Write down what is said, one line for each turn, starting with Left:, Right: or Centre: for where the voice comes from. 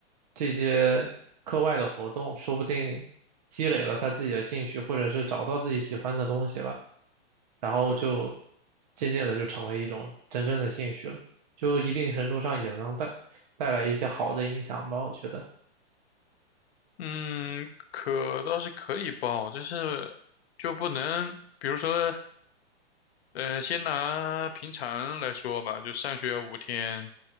Right: 这些课外的活动，说不定积累了他自己的兴趣，或者是找到自己喜欢的东西了。然后就渐渐的就成为一种真正的兴趣了，就一定程度上也能带带来一些好的影响吧，我觉得。
Left: 嗯，可倒是可以报，但是就不能，比如说，呃，先拿平常来说吧，就上学五天，